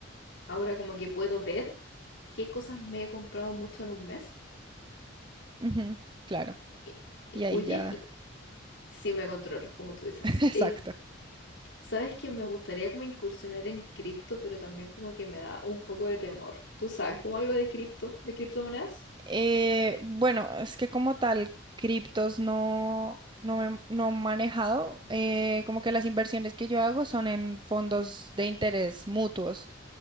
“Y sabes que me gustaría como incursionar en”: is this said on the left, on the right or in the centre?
Left